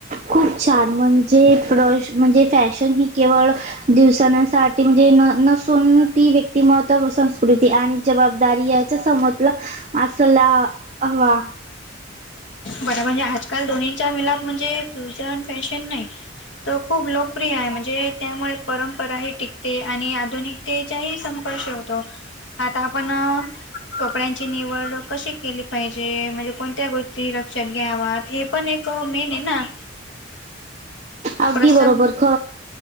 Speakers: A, on the right; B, on the left.
A: खूप छान म्हणजे प्र म्हणजे फॅशन ही केव् दिसण्यासाठी म्हणजे न नसून ती व्यक्तिमत संस्कृ कृती आणि जबाबदारी याच्या समजला असला हवा.
B: बर म्हणजे आजकाल दोन्हीचा मिलाप म्हणजे फ्युजन फॅशन नाही. तो खूप लोकप्रिय आहे म्हणजे त्यामुळे परंपराही टिकते आणि आधुनिकतेच्याही संपळशी होतो. आता आपण कपड्यांची निवड कशी केली पाहिजे म्हणजे कोणत्या गोष्टी लक्षात घ्याव्या हे पण एक मेन आहे ना
A: अगदी
B: प्रसंग
A: बरोबर ख